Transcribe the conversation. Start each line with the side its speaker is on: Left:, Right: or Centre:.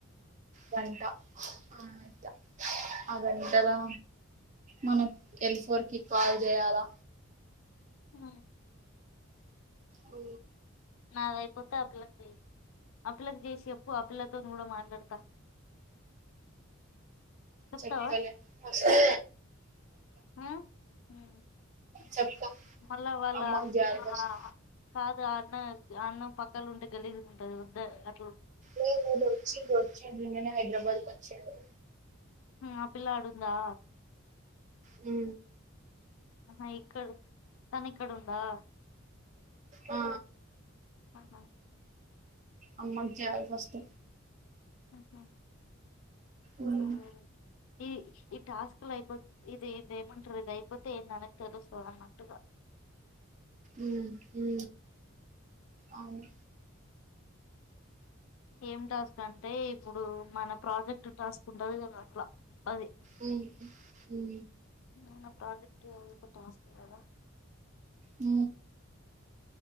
Right: గంట అయి ఆ గంటలా మనం ఎల్ ఫోర్ కి కాల్ చేయాలా.
Left: ఆ
Right: మ్
Left: నాది అయిపో చాకలెట్ చేయి అపిల్లకు చేసి చెప్పు ఆపిల్లతోని కూడా మాట్లాడతా. చెప్తావా
Right: చెప్తలే ఆ సరే
Left: ఆ ఉ
Right: చెప్తా
Left: మళ్ళా వాళ్ళ
Right: అమ్మకి చేయాలి
Left: ఆ
Right: ఫస్ట్
Left: కాదు అన్న అన్నం పక్కల ఉంటే గలిజ్ <unintelligible>
Right: నేను ఈరోజు వచ్చి నిన్ననే హైదరాబద్ కి చెదే
Left: ఆ పిల్లా ఆడుందా
Right: ఉ
Left: అ ఇక్కడ తను ఇక్కడ ఉందా.
Right: ఆ
Left: ఆహా
Right: అమ్మకి చేయాలి ఫస్ట్.
Left: ఆహా
Right: ఉమ్
Left: అవును ఈ ఈ టాస్క్ అయిపోతు ఇది ఇది ఏమంటారుది దైపోతే ఏంటనే తెలుస్తుదం మట్టులే
Right: ఊ ఊ అవును
Left: ఏం టాస్క్ అంటే ఇప్పుడు మన ప్రాజెక్ట్ టాస్క్ ఉంటది కదా అట్లా అది.
Right: ఊ ఊ
Left: నువ్వు నా ప్రాజెక్ట్వ టాస్క్ కదా
Right: ఊ